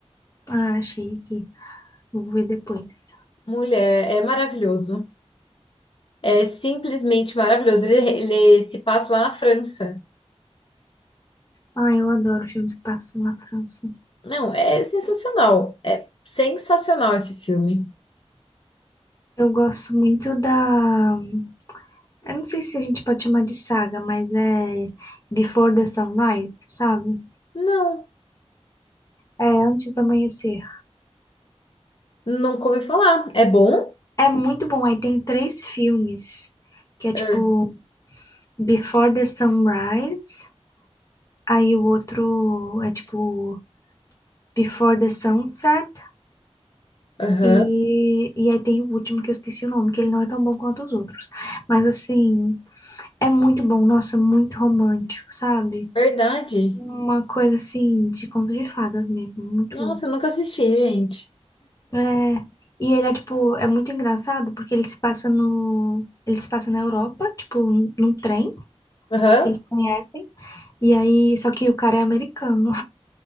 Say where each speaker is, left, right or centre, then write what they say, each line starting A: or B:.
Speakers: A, on the left (about 30°); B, on the left (about 50°).
A: Ah, achei aqui. Vou ver depois.
B: Mulher, é maravilhoso. É simplesmente maravilhoso. Ele, ele se passa lá na França.
A: Ah, eu adoro filmes que passam na França.
B: Não, é sensacional. É sensacional esse filme.
A: Eu gosto muito da. Eu não sei se a gente pode chamar de saga, mas é Before the Sunrise, sabe?
B: Não,
A: É Antes do Amanhecer.
B: nunca ouvi falar. É bom?
A: É muito bom. Aí tem três filmes, que é tipo
B: Ah,
A: Before the Sunrise. Aí o outro é tipo Before the Sunset.
B: Aham.
A: E, e aí tem o último que eu esqueci o nome, que ele não é tão bom quanto os outros. Mas assim, é muito bom. Nossa, muito romântico, sabe?
B: Verdade.
A: Uma coisa assim de conto de fadas mesmo. Muito
B: Nossa,
A: bom.
B: eu nunca assisti, gente.
A: É, e ele é tipo, é muito engraçado porque ele se passa no, ele se passa na Europa, tipo, num num trem
B: Aham.
A: que eles conhecem. E aí, só que o cara é americano.